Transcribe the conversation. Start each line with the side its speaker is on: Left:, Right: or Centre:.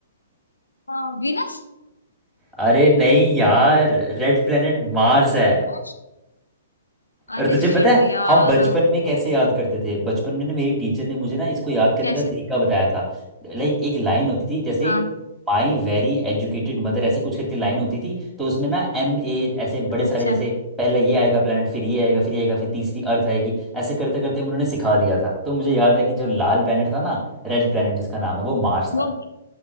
Left: हाँ, वीनस
Centre: अरे नहीं यार रेड प्लेनेट मार्स है
Left: ओ, अरे
Centre: और तुझे
Left: शिट
Centre: पता है
Left: यार
Centre: हम बचपन में कैसे याद करते थे बचपन में ना मेरी टीचर ने मुझे ना इसको याद करने
Left: कैसे
Centre: का तरीका बताया था लाइक एक लाइन होती थी जैसे
Left: हाँ
Centre: माई वेरी एजुकेटेड मदर ऐसे कुछ करके लाइन होती थी तो उसमें ना एम ए ऐसे बड़े
Left: अच्छा
Centre: सारे जैसे पहले ये आएगा planet फिर ये आएगा फिर ये आएगा फिर तीसरी अर्थ आएगी ऐसे करते करते उन्होंने सिखा दिया था तो मुझे याद है कि जो लाल planet था ना रेड planet जिसका नाम है वो मार्स
Left: वो
Centre: था